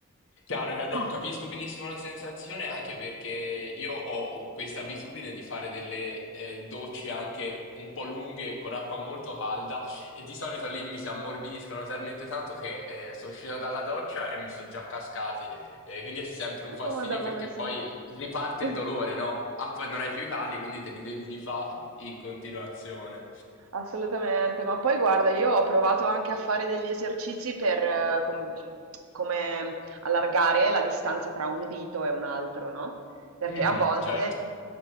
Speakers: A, on the left; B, on the right.
A: Chiaro, chiaro. no,
B: <laughs>
A: capisco benissimo la sensazione anche perché io ho ho questa abitudine di fare delle eh, docce anche un po' lunghe con acqua molto calda e di solito lì mi si ammorbidiscono talmente tanto che eh, sono uscito dalla doccia e mi sono già cascati. Eh, quindi è sempre un fastidio
B: Oh Madonna,
A: perché
B: sì.
A: poi riparte
B: <laughs>
A: il dolore, no? Ah, poi non hai più i calli, quindi te li devi rifare in continuazione.
B: Assolutamente, ma poi guarda, io ho provato anche a fare degli esercizi per eh, com- come allargare la distanza tra un dito e un altro, no? Perché
A: Mhm,
B: a volte
A: certo.